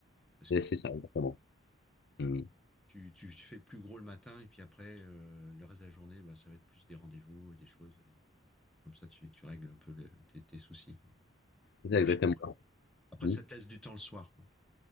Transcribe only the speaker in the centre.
Parce que tu,
tu, tu fais le plus gros le matin, et puis après, euh, le reste de la journée, bah, ça va être plus des rendez-vous et des choses. Et comme ça, tu, tu règles un peu le- tes, tes soucis, quoi.
Et puis,
Après,
ça te laisse du temps le soir. Quoi.